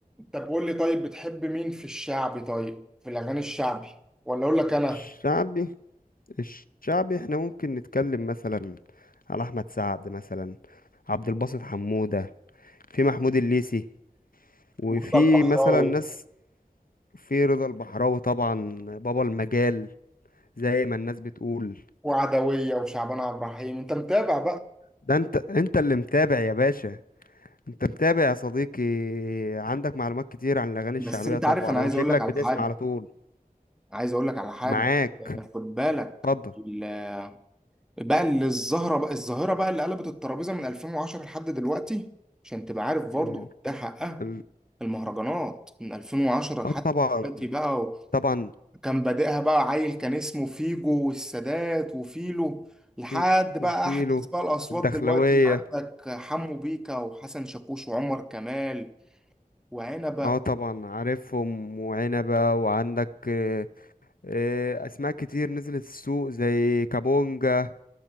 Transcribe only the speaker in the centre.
طب قول لي طيب بتحب مين في الشعبي طيب في الاغاني الشعبي ولا اقول لك انا
مرتضى البحراوي
وعدويه وشعبان عبد الرحيم انت متابع بقى
بس
انت
عارف انا
عايز
اقول لك على
حاجه
عايز اقول لك على حاجه
خد بالك
ال- بقى اللي الظاهره بقى الظاهره بقى اللي قلبت الترابيزه من 2010 لحد دلوقتي عشان تبقى عارف برضه
ده حقها
المهرجانات من 2010 لحد
دلوقتي بقى و-
كان بادئها بقى عيل كان اسمه فيجو والسادات وفيلو لحد
بقى
احدث بقى الاصوات
دلوقتي عندك حمو بيكا وحسن شاكوش وعمر كمال وعنبه